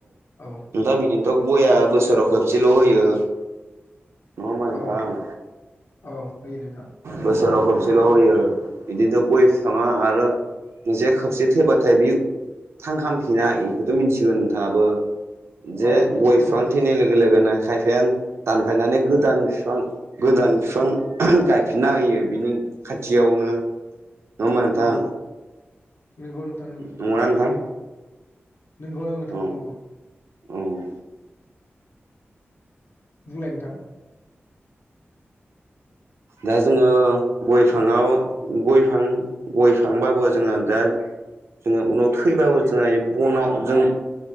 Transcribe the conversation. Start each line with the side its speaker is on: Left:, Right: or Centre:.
Left: औ
Right: नोंथां बिदिनोथ' गया बोसोराव खेबसेल' होयो नङा होनबा नोंथां
Left: औ औ होयो नोंथां
Right: बोसोराव खबसेल' होयो बिदिनोथ' गय फिफाङा आरो जे खबसे थैबाथाय बे थांखामफिना बेखौथ' मिथिगोन नोंथाङाबो जे
Left: औ मिथिगौ
Right: गय बिफां
Left: नोंथां मिथिगौ
Right: थैनाय लोगो लोगोनो खायफाया दानफायनानै गोदान बिफां गोदान बिफां गायफिनना होयो बिनि खाथियावनो होनबा नोंथां
Left: औ नंगौ नोंथां
Right: नंगौ ना नोंथां
Left: नोंगौ नांगौ थांनांगौ
Right: औ औ ओम
Left: बुंलाय नोंथां
Right: दा जोङो गयफाङाव गयफां गय फांबाबो जोङो दा जोङो उनाव थैब्लााबो जोंहा बनाव जों